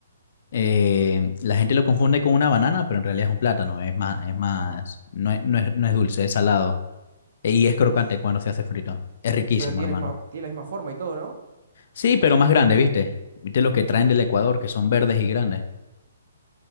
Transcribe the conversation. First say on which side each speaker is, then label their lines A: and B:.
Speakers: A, on the left (about 55°); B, on the right (about 60°).
A: Eh, la gente lo confunde con una banana, pero en realidad es un plátano, es más, es más,
B: Ajá.
A: no es, no es, no es dulce, es salado. Y es crocante
B: Uf,
A: cuando se hace frito. Es riquísimo,
B: pero tiene
A: hermano.
B: la misma, tiene la misma forma y todo, ¿no?
A: Sí, pero más grande, ¿viste? ¿Viste los que traen del Ecuador, que son verdes y grandes?